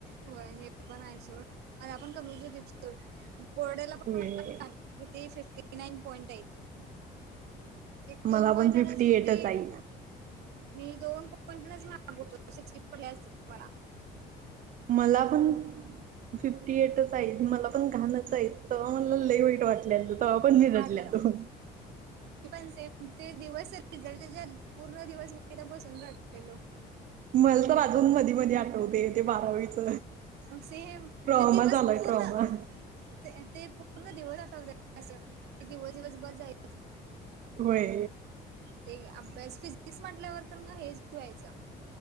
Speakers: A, on the right; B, on the right.
A: होय, हे पण आहे सोड मला पण कमीच होती बोर्डेला
B: होय
A: पण किती फिफ्टी नाईन पॉइंट आहे. एक दोन
B: मला
A: पॉइंट्यानीच
B: पण फिफ्टी एटच
A: मी
B: आहेत
A: मी दोन पॉईंटने माग होतो सिक्स्टी पडले असतील मला.
B: मला पण फिफ्टी एटच आहेत मला पण घाणंच आहे तर मला लई वाईट वाटलेल. तेव्हा पण मी
A: मारलेलं
B: रडल्या तो.
A: पण सेम ते दिवस रिझल्टच्या पूर्ण दिवस बाहेर बसून रडलेलो.
B: मला तर अजून मधी मधी आठवते ते बारावीच.
A: सेम
B: ट्रॉमा
A: ते दिवस
B: झालाय
A: पूर्ण
B: ट्रॉमा.
A: ते पूर्ण दिवस आठवतात असं दिवस दिवस भर जाय
B: होय.
A: ते अभ्यास फिजिक्स म्हटल्यावर, तर मग हेेचवायचा